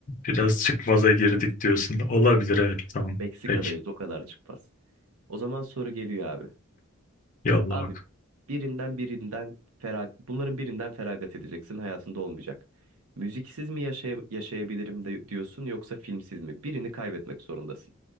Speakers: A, on the left; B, on the right.
A: Biraz çıkmaza girdik diyorsun. Olabilir evet tamam.
B: Meksika'dayız
A: Peki
B: o kadar çıkmaz. O zaman soru geliyor abi.
A: yolla
B: Abi
A: bakalım.
B: birinden birinden ferag bunların birinden feragat edeceksin hayatında olmayacak. Müziksiz mi yaşay yaşayabilirim de diyorsun yoksa filmsiz mi? Birini kaybetmek zorundasın.